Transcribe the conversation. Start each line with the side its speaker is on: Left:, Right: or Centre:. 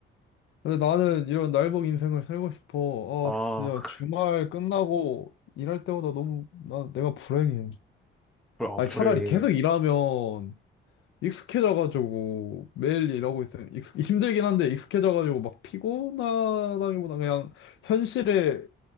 Left: 근데 나는 이런 날복 인생을 살고 싶어.
Centre: 아,
Left: 아, 진짜
Centre: <laughs>
Left: 주말 끝나고 일할 때보다 너무, 나, 내가 불행해.
Centre: 불- 아,
Left: 아니,
Centre: 불행해.
Left: 차라리 계속 일하면 익숙해져가지고 매일 일하고 있으면 익숙, 힘들긴 한데 익숙해져가지고 막 피곤하다기보다 그냥 현실에